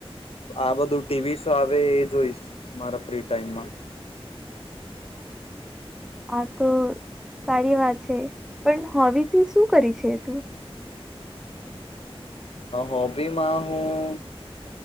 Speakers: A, on the left; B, in the centre.
A: આ બધું ટીવી શો આવે એ જોઈશ મારા ફ્રી ટાઈમમાં
B: હ તો સારી વાત છે પણ હથી શું કરી છે તું
A: હોબીમાં હું